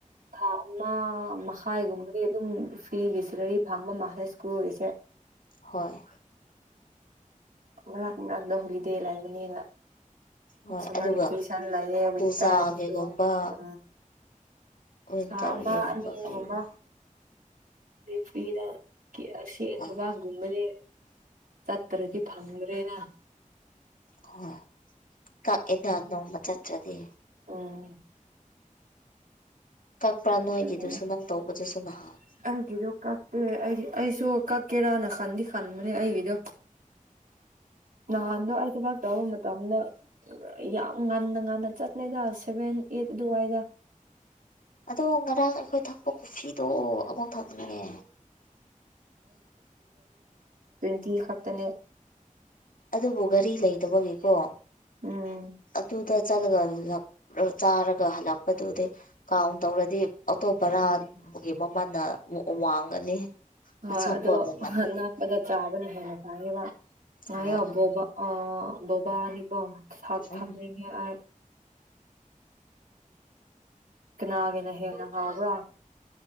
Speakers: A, on the right (about 80°); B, on the left (about 75°).
A: ꯊꯥ ꯑꯃ ꯃꯈꯥꯏꯒꯨꯝꯕꯗꯤ ꯑꯗꯨꯝ ꯐ꯭ꯤꯒꯤ ꯁꯤꯂꯔꯤ ꯐꯪꯕ ꯃꯥꯜꯂꯦ ꯁ꯭ꯀꯨꯜꯒꯤꯁꯦ
B: ꯍꯣꯏ
A: ꯃꯔꯥꯛ ꯃꯔꯥꯛꯇ ꯍꯣꯂꯤꯗꯦ ꯂꯩꯕꯅꯤꯅ
B: ꯍꯣꯏ
A: ꯁꯝꯃꯔ
B: ꯑꯗꯨꯒ
A: ꯕꯤꯀꯦꯁꯅ ꯂꯩꯌꯦ ꯋꯤꯟꯇꯔꯗꯁꯨ
B: ꯄꯨꯖꯥꯒꯤꯒꯨꯝꯕ
A: ꯁꯥ
B: ꯋꯤꯟꯇꯔꯒꯤꯒꯨꯝꯕ
A: ꯊꯥ ꯑꯃ ꯑꯅꯤ
B: ꯄꯤꯕ
A: ꯒꯨꯝꯕ ꯔꯦꯐ꯭ꯔꯤꯗ ꯑꯁꯤ
B: ꯍꯣꯏ
A: ꯊꯕꯥꯛꯒꯨꯝꯕꯗꯤ ꯆꯠꯇ꯭ꯔꯗꯤ ꯐꯪꯗ꯭ꯔꯥ ꯂꯩꯅ
B: ꯍꯣꯏ ꯀꯛꯑꯦꯗ ꯅꯣꯡꯃ ꯆꯠꯇ꯭ꯔꯗꯤ
A: ꯑꯣ
B: ꯀꯛꯄ꯭ꯔꯥ
A: <unintelligible>
B: ꯅꯣꯏꯒꯤꯗꯨꯁꯨ ꯅꯪ ꯇꯧꯕꯗꯨꯁꯨ ꯅꯍꯥꯟ
A: ꯅꯪꯒꯤꯗꯣ ꯀꯛ ꯑꯦ ꯑꯩꯁꯨ ꯀꯛꯀꯦꯔꯥꯅ ꯈꯟꯗꯤ ꯈꯟꯕꯅꯦ ꯑꯩꯒꯤꯗꯣ ꯅꯍꯥꯟꯗꯣ ꯑꯩ ꯊꯕꯛ ꯇꯧꯕ ꯃꯇꯝꯗ ꯌꯥꯝ ꯉꯟꯅ ꯉꯟꯅ ꯆꯠꯂꯦꯗ ꯁꯦꯚꯦꯟ ꯑꯩꯠ ꯑꯗꯨꯋꯥꯏꯗ
B: ꯑꯗꯣ ꯉꯔꯥꯡ ꯑꯩꯈꯣꯏ ꯊꯛꯄ ꯀꯣꯐꯤꯗꯣ ꯑꯃꯨꯛ ꯊꯛꯅꯤꯡꯉꯦ
A: ꯗꯤ ꯈꯛꯇꯅꯦ
B: ꯑꯗꯨꯕꯨ ꯒꯥꯔꯤ ꯂꯩꯗꯕꯒꯤꯀꯣ
A: ꯎꯝ
B: ꯑꯗꯨꯗ ꯆꯠꯂꯒ ꯆꯥꯔꯒ ꯍꯜꯂꯛꯄꯗꯨꯗꯤ ꯀꯥꯎꯟ ꯇꯧꯔꯗꯤ ꯑꯣꯇꯣꯕꯔꯥꯒꯤ
A: ꯎꯝ
B: ꯃꯃꯜꯅ ꯋꯥꯡꯒꯅꯤ
A: ꯍꯣꯏ
B: ꯑꯆꯥꯄꯣꯠꯅ
A: ꯑꯗꯣ
B: ꯃꯟꯕꯒꯤ
A: ꯅꯛꯄꯗ ꯆꯥꯕꯅ ꯍꯦꯟꯅ <unintelligible> ꯉꯥꯏꯌꯣ
B: ꯍꯣꯏ
A: ꯕꯣꯕꯥ ꯑ ꯕꯣꯕꯥꯅꯤꯀꯣ ꯊꯛ ꯊꯛꯅꯤꯡꯉꯦ
B: ꯎꯝ
A: ꯑꯩ ꯀꯅꯥꯒꯤꯅ ꯍꯦꯟꯅ ꯍꯥꯥꯎꯕ꯭ꯔ